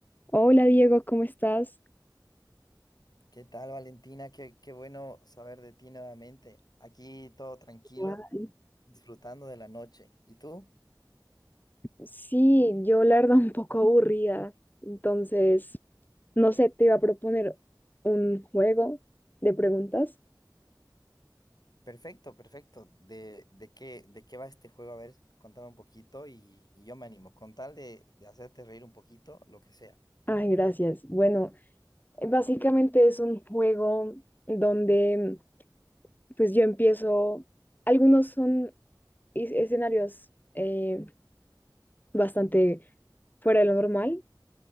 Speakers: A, on the left; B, on the left.
A: Hola Diego, ¿cómo estás?
B: ¿Qué tal, Valentina? Qué, qué bueno saber de ti nuevamente. Aquí todo tranquilo,
A: Guay.
B: disfrutando de la noche. ¿Y tú?
A: Sí, yo la verdad un poco aburrida, entonces, no sé, te iba a proponer un juego de preguntas.
B: Perfecto, perfecto. ¿De, de qué, de qué va este juego? A ver, contame un poquito y, y yo me animo. Con tal de, de hacerte reír un poquito, lo que sea.
A: Ay, gracias. Bueno, eh, básicamente es un juego donde pues yo empiezo, algunos son es- escenarios eh, bastante fuera de lo normal,